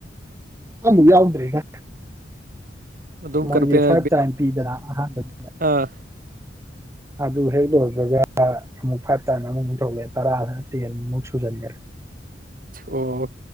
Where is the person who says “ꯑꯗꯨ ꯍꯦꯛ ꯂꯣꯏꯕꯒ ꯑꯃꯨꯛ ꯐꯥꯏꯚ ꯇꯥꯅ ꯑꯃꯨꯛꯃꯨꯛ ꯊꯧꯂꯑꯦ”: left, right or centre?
Right